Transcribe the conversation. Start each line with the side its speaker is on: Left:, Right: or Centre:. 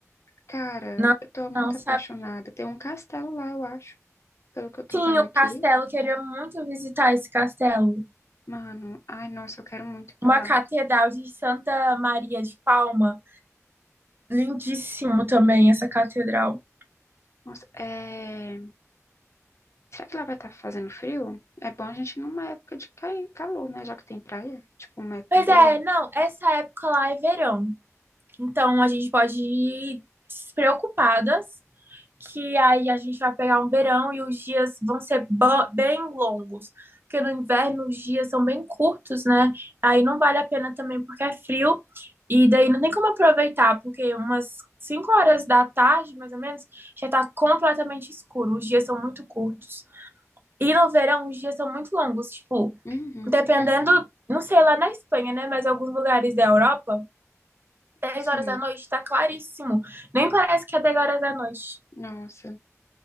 Left: Cara,
Right: não,
Left: eu tô muito
Right: não sabia.
Left: apaixonada. Tem um castelo lá, eu acho, pelo que eu tô
Right: Sim,
Left: vendo
Right: o
Left: aqui.
Right: castelo, queria muito visitar esse castelo.
Left: Mano, ai, nossa, eu quero muito ir pra
Right: Uma
Left: lá.
Right: catedral de Santa Maria de Palma. Lindíssimo também essa catedral.
Left: Nossa, é... Será que lá vai estar fazendo frio? É bom a gente ir numa época de cair calor, né? Já que tem praia, tipo, uma época
Right: Pois
Left: boa.
Right: é, não, essa época lá é verão. Então a gente pode ir despreocupadas, que aí a gente vai pegar um verão e os dias vão ser bem longos. Porque no inverno os dias são bem curtos, né? Aí não vale a pena também porque é frio. E daí não tem como aproveitar, porque umas 5 horas da tarde, mais ou menos, já tá completamente escuro. Os dias são muito curtos. E no verão os dias são muito longos. Tipo,
Left: Uhum,
Right: dependendo, não sei, lá na Espanha, né? Mas alguns lugares da Europa dez
Left: sim.
Right: horas da noite, tá claríssimo. Nem parece que é 10 horas da noite.
Left: Nossa.